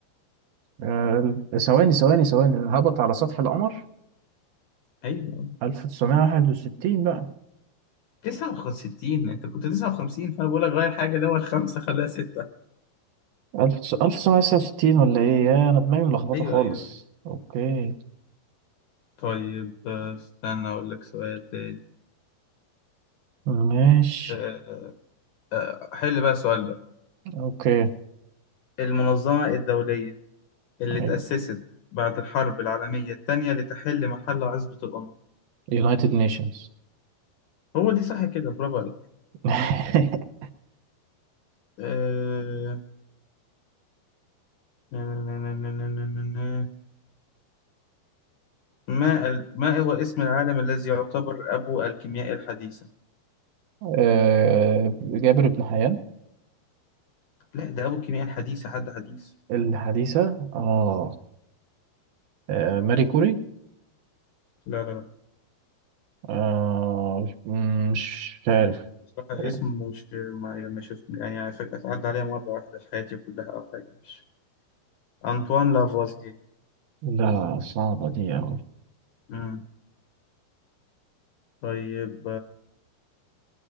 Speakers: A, on the right (about 70°); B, on the left (about 75°).
A: آه، ثواني ثواني ثواني هبط على سطح القمر
B: أيوة
A: ألف تسعمية واحد وستين بقى
B: 69 أنت كنت 59 فأنا بقول لك غير حاجة اللي هو الخمسة خليها ستة
A: ألف ألف تسعمية تسعة وستين ولا إيه يا أنا دماغي ملخبطة
B: أيوة
A: خالص
B: أيوة أيوة
A: أوكي
B: طيب آه، استنى أقول لك سؤال تاني
A: ماشي
B: آه، آه. آه، حل بقى السؤال ده
A: أوكي
B: المنظمة الدولية اللي اتأسست
A: أيوه.
B: بعد الحرب العالمية التانية لتحل محل عزبة الأمم
A: يونايتد نيشنز
B: هو دي صح كده برافو عليك
A: <laughs>
B: آه، نا- نا- نا- نا- نا- نا- نا- نا. ما ال... ما هو اسم العالم الذي يعتبر أبو الكيمياء الحديثة
A: آه، جابر بن حيان
B: لا ده أبو الكيمياء الحديثة حد حديث
A: الحديثة اه آه، ماري كوري
B: لا لا لا
A: آه مش عارف
B: بصراحة
A: آه،
B: اسم مش ما ما شفت يعني ف- عدى عليا مرة واحدة في حياتي كلها أو حاجة مش أنطوان لافوازييه
A: لا صعبة دي أوي
B: مم. طيب